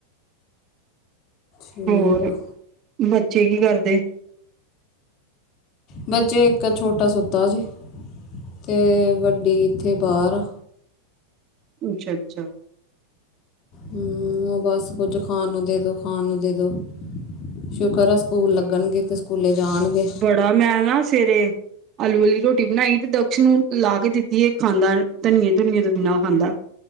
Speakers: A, on the left; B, on the right.
A: ਠੀਕ
B: ਹੋਰ,
A: ਆ
B: ਬੱਚੇ ਕੀ ਕਰਦੇ?
A: ਬੱਚੇ ਇੱਕ ਛੋਟਾ ਸੁੱਤਾ ਜੇ, ਤੇ ਵੱਡੀ ਇੱਥੇ ਬਾਹਰ ਆ।
B: ਅੱਛਾ-ਅੱਛਾ।
A: ਹੂੰ, ਬਸ ਕੁੱਝ ਖਾਣ ਨੂੰ ਦੇਦੋ, ਖਾਣ ਨੂੰ ਦੇਦੋ, ਸ਼ੁਕਰ ਆ ਸਕੂਲ ਲੱਗਣਗੇ ਤੇ ਸਕੂਲੇ ਜਾਣਗੇ
B: ਆ ਮੈਂ ਨਾ ਸਵੇਰੇ ਆਲੂ ਵਾਲੀ ਰੋਟੀ ਬਣਾਈ ਤੇ ਦਕਸ਼ ਨੂੰ ਲਾ ਕੇ ਦਿੱਤੀ ਇਹ ਖਾਂਦਾ, ਧਨੀਏ-ਧੁਨੀਏ ਤੋਂ ਬਿਨਾਂ ਖਾਂਦਾ